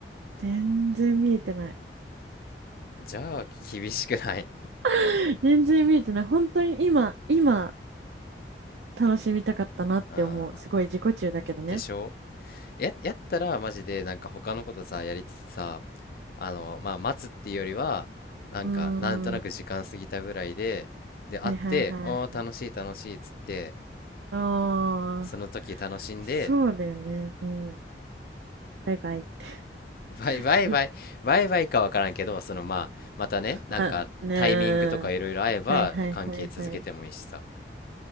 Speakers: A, on the right; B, on the left.
A: 全然見えてない。
B: じゃあ厳しくない
A: <laughs> 全然見えてない。本当に今、今、楽しみたかったなって思う。
B: <laughs> あ
A: すごい自己中だけどね。
B: ーでしょや、やったらマジでなんか他のことさやりつつさあのまあ待つっていうよりはなんかなんとなく時間過ぎたぐらいでで会って「ああー楽しい楽しい」っつって
A: うーん。はいはいはい。ああ、
B: その時楽しんで
A: そうだよね。うん。バイバイ。
B: ワイワイワイ、
A: <laughs>
B: ワイワイかわからんけど、そのまあ、またね、なんかタイミングとかいろいろ合えば関係続けてもいいしさ。
A: まあねー。はいはいはいはい。